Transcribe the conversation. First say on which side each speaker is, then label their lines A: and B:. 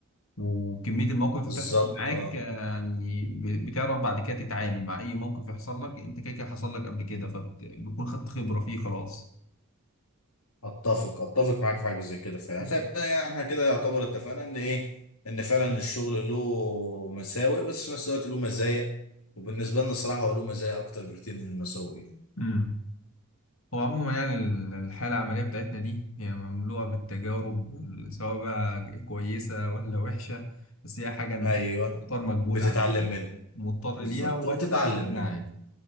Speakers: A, on the left; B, on the left.
A: وكمية المواقف اللي
B: بالظبط
A: بتحصل معاك
B: اه
A: آه، يعني ب- بتعرف بعد كده تتعامل مع أي موقف يحصل لك أنت كده كده حصل لك قبل كده فبتكون خدت خبرة فيه خلاص
B: اتفق اتفق معاك في حاجة زي كده فعلا
A: مم.
B: خ- يعني احنا كده يعتبر اتفقنا ان ايه ان فعلا الشغل له مساوئ بس في نفس الوقت له مزايا وبالنسبة لنا الصراحة هو له مزايا اكتر بكتير من المساوئ يعني.
A: امم هو عموما يعني ال- الحالة العملية بتاعتنا دي هي مملوءة بالتجارب وال- سواء بقى ج- كويسة ولا وحشة بس هي حاجة أنت
B: ايوه
A: مضطر مقبول
B: بتتعلم
A: عليها يعني،
B: منه
A: مضطر
B: بالظبط
A: ليها وهتتعلم
B: وبتتعلم
A: منها
B: منه
A: عادي